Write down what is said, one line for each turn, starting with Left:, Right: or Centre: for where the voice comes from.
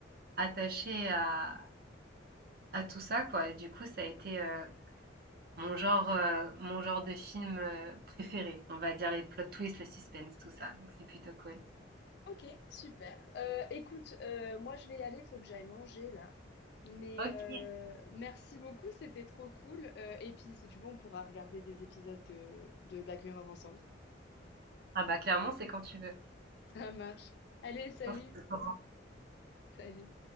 Right: attachée à à tout ça, quoi et du coup, ça a été, heu, mon genre, heu, mon genre de film, heu, préféré. On va dire les plot twists, le suspense, tout ça, donc c'est plutôt cool.
Left: Ok, super. Euh, écoute, euh, moi je vais y aller, faut que j'aille manger là. Mais
Right: OK.
Left: euh, merci beaucoup, c'était trop cool. Euh, et puis si tu veux, on pourra regarder des épisodes de, de Black Mirror ensemble.
Right: Ah bah, clairement, c'est quand tu veux.
Left: <laughs> Ça marche. Allez, salut.
Right: On se
Left: Salut.